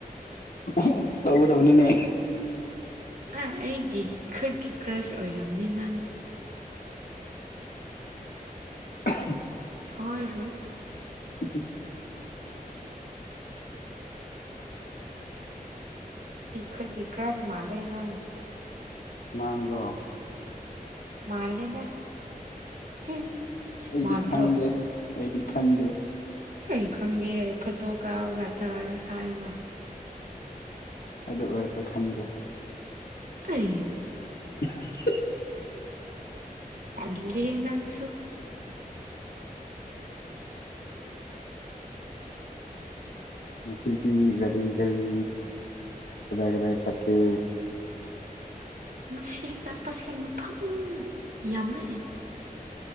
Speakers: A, on the left; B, on the right.
A: ꯎ ꯇꯧ ꯇꯅꯤꯅꯦ
B: ꯑꯩꯒꯤ ꯈꯨꯠꯀꯤ ꯀ꯭ꯔꯁ ꯑꯣꯏꯔꯔꯕꯅꯤ ꯅꯪ
A: <inaudible>
B: ꯁꯣꯏꯔ
A: ꯎꯝ
B: <inaudible> ꯀꯔꯥꯁ ꯃꯥꯂꯦ ꯅꯪ
A: ꯃꯥꯡ꯭ꯔꯣ
B: ꯃꯥꯥꯡꯂꯗ ꯍꯝ
A: ꯑꯩꯗꯤ
B: ꯃꯥꯥꯟ꯭ꯔꯣ
A: ꯈꯪꯗꯦ ꯑꯩꯗꯤ ꯈꯪꯗꯦ
B: ꯑꯩ ꯈꯪꯗꯦ ꯍꯥꯏ ꯐꯣꯇꯣ ꯀꯥꯎꯒꯊꯔ ꯍꯥꯏꯒ
A: ꯑꯗꯨ ꯑꯣꯏꯔꯕ ꯈꯪꯗꯦ
B: ꯑ <unintelligible>
A: <inaudible>
B: ꯇꯜꯂꯤ ꯅꯪꯁꯨ
A: ꯉꯁꯤꯗꯤ ꯔꯤ ꯈꯔꯤ ꯀꯗ ꯀꯗ ꯆꯀꯤ
B: ꯁꯤ ꯆꯠꯄꯁꯦ ꯃꯐꯝ ꯌꯥꯝꯃꯦ